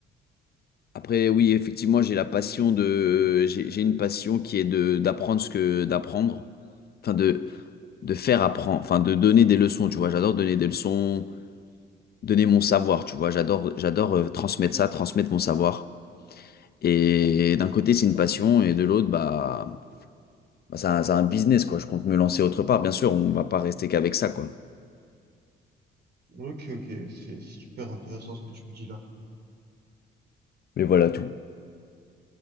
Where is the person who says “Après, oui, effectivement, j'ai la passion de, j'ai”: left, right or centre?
Left